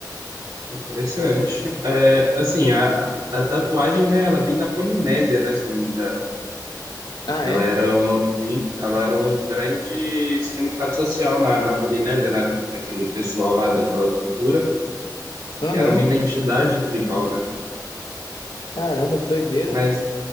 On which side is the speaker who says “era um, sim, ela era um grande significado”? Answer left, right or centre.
Right